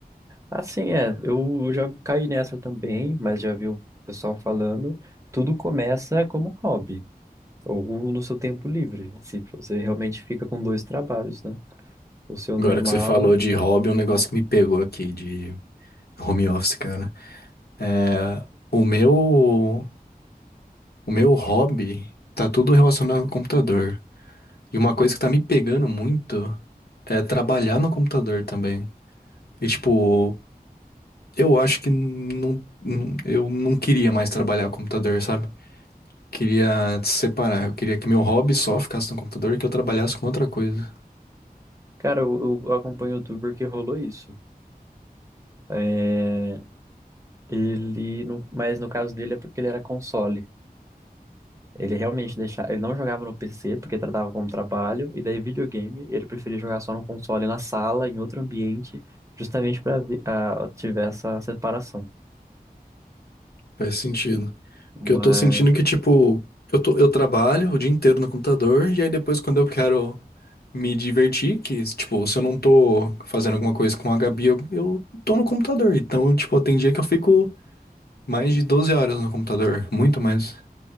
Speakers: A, on the right; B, on the left.
A: Assim, é, eu eu já caí nessa também, mas já vi o pessoal falando. Tudo começa como hobby. Ou no seu tempo livre, se você realmente fica com dois trabalhos, né? O seu normal.
B: Agora que você falou de hobby, é um negócio que me pegou aqui, de home office, cara. É, O meu, o meu hobby tá tudo relacionado ao computador. E uma coisa que tá me pegando muito é trabalhar no computador também. E tipo, eu acho que não, não- eu não queria mais trabalhar com computador, sabe? Queria separar. Eu queria que meu hobby só ficasse no computador e que eu trabalhasse com outra coisa.
A: Cara, eu, eu acompanho o youtuber que rolou isso. É, ele, no, mas no caso dele é porque ele era console. Ele realmente deixava, ele não jogava no PC porque tratava como trabalho, e daí videogame, ele preferia jogar só no console, na sala, em outro ambiente, justamente para tiver essa separação.
B: Faz sentido. Porque
A: Mas
B: eu tô sentindo que, tipo, eu tô, eu trabalho o dia inteiro no computador e aí depois quando eu quero me divertir, que, tipo, se eu não tô fazendo alguma coisa com a Gabi, eu, eu tô no computador. Então, tipo, tem dia que eu fico mais de 12 horas no computador, muito mais.